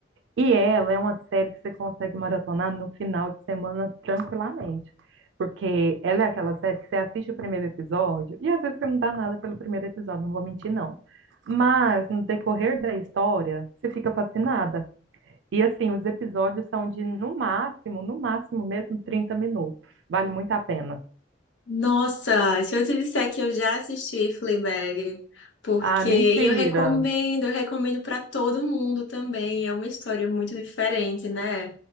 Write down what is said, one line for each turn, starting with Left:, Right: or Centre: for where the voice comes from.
Right: E ela é uma série que você consegue maratonar no final de semana tranquilamente. Porque ela é aquela série que você assiste o primeiro episódio e às vezes você não dá nada pelo primeiro episódio, não vou mentir, não. Mas no decorrer da história, você fica fascinada. E assim, os episódios são de no máximo, no máximo mesmo 30 minutos. Vale muito a pena.
Left: Nossa, se eu te disser que eu já assisti Fleabag, porque
Right: Ah, mentira.
Left: e eu recomendo, eu recomendo para todo mundo também. É uma história muito diferente, né?